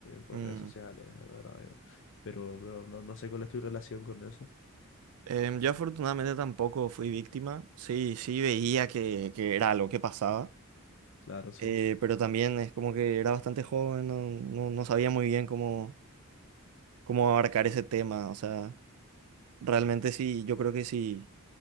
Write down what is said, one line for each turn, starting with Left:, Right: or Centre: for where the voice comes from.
Left: por
Right: Mm.
Left: redes sociales, ¿verdad? Pero, pero no, no sé cuál es tu relación con eso.
Right: Em, yo afortunadamente tampoco fui víctima. Sí, sí veía que, que era algo que pasaba.
Left: Claro, sí,
Right: Eh, pero también es como que era bastante joven, no, no, no sabía muy bien cómo, cómo abarcar ese tema. O sea, realmente sí, yo creo que si,